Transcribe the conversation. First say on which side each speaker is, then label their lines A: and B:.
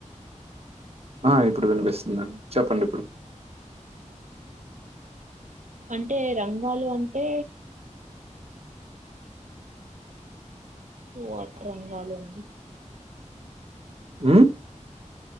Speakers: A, on the right; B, on the right.
A: ఆ ఇప్పుడు వినిపిస్తుందండి. చెప్పండి ఇప్పుడు.
B: అంటే రంగాలు అంటే వాట్ రంగాలు అండి?
A: మ్